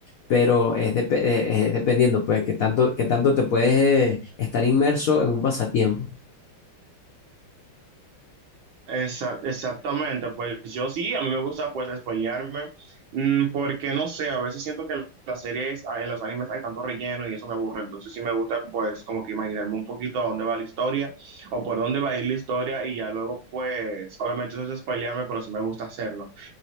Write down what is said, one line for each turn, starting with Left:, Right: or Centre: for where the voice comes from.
Left: pero es, depe- eh, es dependiendo, pues, qué tanto, qué tanto te puedes eh, estar inmerso en un pasatiempo.
Right: Exa- exactamente, pues yo sí, a mí me gusta pues spoilearme, mm, porque no sé, a veces siento que en las series, ah, en los animes hay tanto relleno y eso me aburre, entonces sí me gusta pues como que imaginarme un poquito a dónde va la historia o por dónde va a ir la historia y ya luego pues, obviamente eso es spoilearme, pero sí me gusta hacerlo.